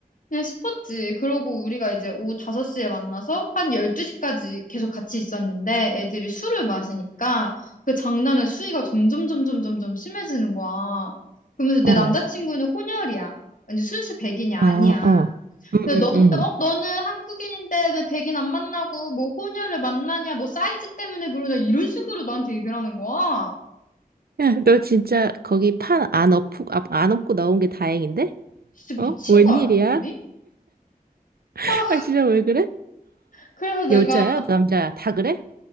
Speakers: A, on the left; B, on the right.
A: 그냥 싶었지. 그러고 우리가 이제 오후 5시에 만나서 한 12시까지 계속 같이 있었는데 애들이 술을 마시니까 그 장난의 수위가 점점 점점 점점 심해지는 거야. 그러면서
B: 어,
A: 내 남자친구는 혼혈이야. 완전 순수 백인이 아니야.
B: 어, 어. 음,
A: 근데
B: 음,
A: 너는,
B: 음.
A: 어? 너는 한국인인데 왜 백인 안 만나고 뭐 혼혈을 만나냐, 뭐 사이즈 때문에 그러냐, 이런 식으로 나한테 얘기를 하는 거야.
B: 야, 너 진짜 거기 판 안 엎고, 아, 안 엎고 나온 게 다행인데?
A: 진짜
B: 어?
A: 미친
B: 웬일이야?
A: 거 아니니?
B: <laughs>
A: 아,
B: 아, 진짜 왜 그래?
A: 그래서 내가
B: 여자야? 남자야? 다 그래?